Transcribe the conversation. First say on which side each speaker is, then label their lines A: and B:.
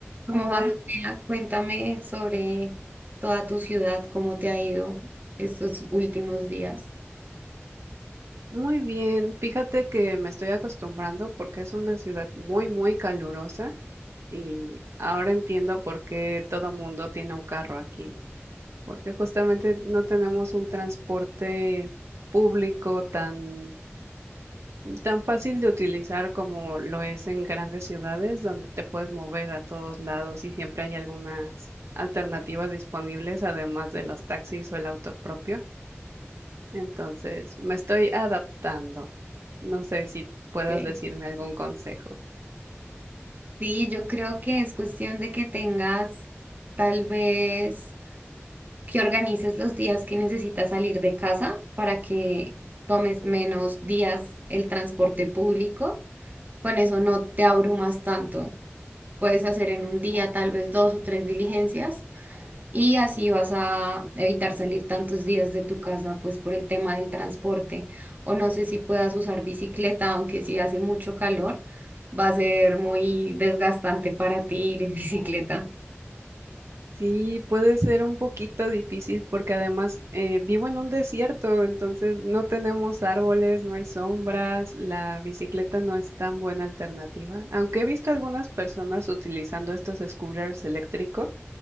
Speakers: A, on the right; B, on the right.
A: ¿Cómo
B: Hola,
A: vas, Andrea? Cuéntame sobre toda tu ciudad, cómo te ha ido estos últimos días.
B: muy bien. Fíjate que me estoy acostumbrando porque es una ciudad muy, muy calurosa y ahora entiendo por qué todo mundo tiene un carro aquí, porque justamente no tenemos un transporte público tan, tan fácil de utilizar como lo es en grandes ciudades donde te puedes mover a todos lados y siempre hay algunas alternativas disponibles además de los taxis o el auto propio. Entonces, me estoy adaptando. No sé si puedas
A: Ok.
B: decirme algún consejo.
A: Sí, yo creo que es cuestión de que tengas tal vez que organices los días que necesitas salir de casa para que tomes menos días el transporte público. Con eso no te abrumas tanto. Puedes hacer en un día tal vez dos o tres diligencias Y así vas a evitar salir tantos días de tu casa, pues por el tema del transporte. O no sé si puedas usar bicicleta, aunque si hace mucho calor, va a ser muy desgastante para ti ir en <laughs> bicicleta.
B: Sí, puede ser un poquito difícil porque además eh, vivo en un desierto, entonces no tenemos árboles, no hay sombras, la bicicleta no es tan buena alternativa, aunque he visto algunas personas utilizando estos scooters eléctricos